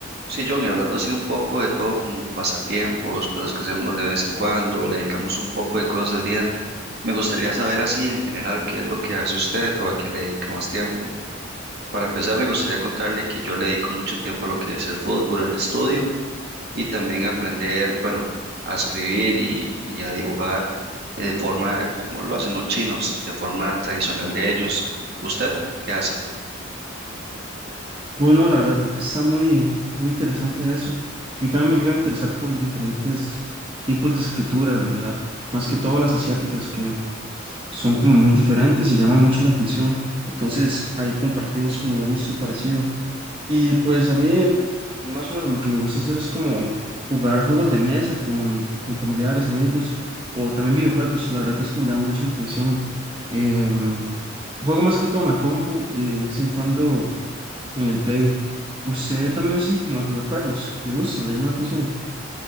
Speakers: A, on the right (about 55°); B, on the right (about 25°).
A: Sí, John, y hablando así un poco de todo como pasatiempos, cosas que hacemos de vez en cuando, le dedicamos un poco de cosas al día, me gustaría saber así en general qué es lo que hace usted o a qué le dedica más tiempo. Para empezar, me gustaría contarle que yo le dedico mucho tiempo a lo que es el fútbol, el estudio y también aprender, bueno, a escribir y, y a dibujar eh, de forma como lo hacen los chinos, de forma tradicional de ellos. ¿Usted qué hace?
B: Bueno, la verdad está muy, muy interesante eso. Yo también me llega a interesar por diferentes tipos de escrituras, ¿verdad? Más que todo las asiáticas, que son como muy diferentes y llaman mucho la atención. Entonces ahí compartimos como un gusto parecido. Y pues a mí más o menos lo que me gusta hacer es como jugar juegos de mesa con, con familiares, amigos, o también videojuegos. La verdad es que me llama mucho la atención. Em, juego más que todo en la compu y de vez en cuando en el Play. Usted también es así como de jugar juegos, le gusta le llama la atención.